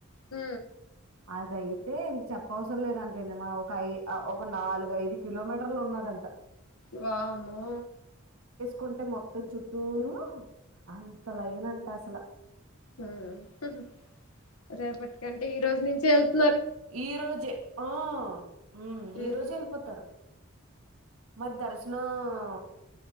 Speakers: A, on the left; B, on the right.
A: హ
B: అదయితే ఇంక చెప్ప అవసరం లేదంటండి మ ఒక ఐ ఒక నాలుగు ఐదు కిలోమీటర్లు ఉన్నదంట
A: వామ్మో
B: కుంటే మొత్తం చుట్టూరు అంతలా ఏనంటా అసల
A: ఊ హ్ రేపటి అంటే ఈ రోజు నుంచే వె
B: ఈ రోజే ఆ మ్
A: హ్మ్
B: ఈ రోజు వెళ్ళిపోతారు మరి దర్శనం ఆ